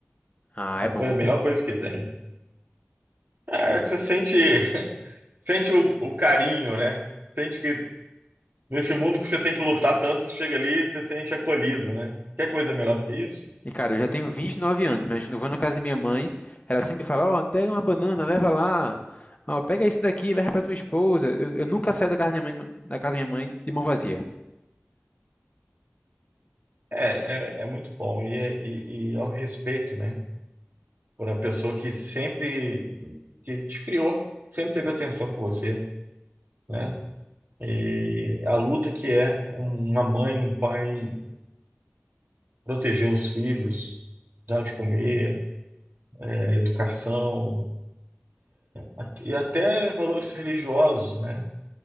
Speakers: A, on the left (about 35°); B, on the right (about 55°).
A: Ah,
B: É
A: é
B: a
A: bom.
B: coisa- a melhor coisa que tem. É, você sente, sente o, o carinho, né? Sente que nesse mundo que você tem que lutar tanto, você chega ali e você sente acolhido, né? Quer coisa melhor do que isso?
A: E cara, eu já tenho 29 anos, mas quando eu vou na casa da minha mãe, ela sempre fala: Ó, pega uma banana, leva lá. Ó, pega isso daqui, leva pra tua esposa. Eu, eu nunca saio da casa da minha mãe, da casa da minha mãe de mão vazia.
B: É, é, é muito bom. E, é, e, e é o respeito, né? Por a pessoa que sempre que te criou, sempre teve atenção por você, né? E a luta que é uma mãe, um pai proteger os filhos, dar de comer, é, educação at- e até valores religiosos, né?